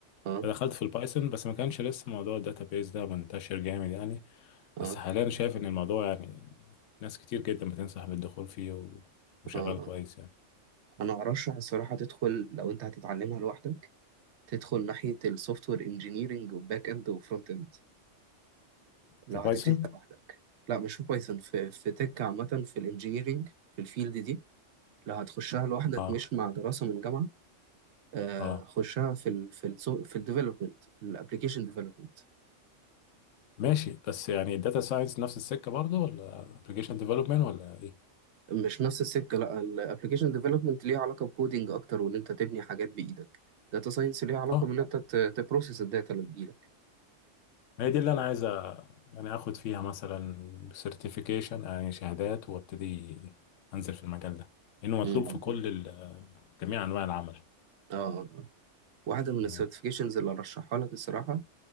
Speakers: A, on the right; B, on the left.
A: اه
B: فدخلت في البايثون بس ما كانش لسه موضوع الداتابيز ده منتشر جامد يعني
A: اه
B: بس حاليا شايف إن الموضوع يعني ناس كتير جدا بتنصح بالدخول فيه و- وشغال
A: اه آه.
B: كويس يعني
A: انا ارشح الصراحه تدخل لو انت هتتعلمها لوحدك تدخل ناحيه السوفت وير انجينيرنج وباك اند وفرونت اند لو
B: في بايثون
A: هتبتدي لوحدك لا مش في بايثون في في تك عامه في الانجينيرنج في الفيلد دي لو هتخشها لوحدك
B: اه
A: مش مع دراسة من جامعة آه،
B: اه
A: خشها في ال في ال في الديفلوبمنت الابلكيشن ديفلوبمنت
B: ماشي بس يعني الداتا ساينس نفس السكة برضه ولا ابلكيشن ديفلوبمنت ولا ايه؟
A: مش نفس السكة لا الابلكيشن ديفلوبمنت ليه علاقة بكودينج اكتر وان انت تبني حاجات بايدك داتا ساينس ليه علاقة
B: اه
A: بان انت تبروسيس الداتا اللي بتجيلك
B: هي دي اللي انا عايز أ- يعني اخد فيها مثلا سيرتيفيكيشن يعني شهادات وابتدي انزل في المجال ده لانه مطلوب
A: مم.
B: في كل ال- جميع انواع العمل
A: اه آه. واحدة من
B: تمام
A: السيرتيفيكيشنز اللي ارشحها لك الصراحة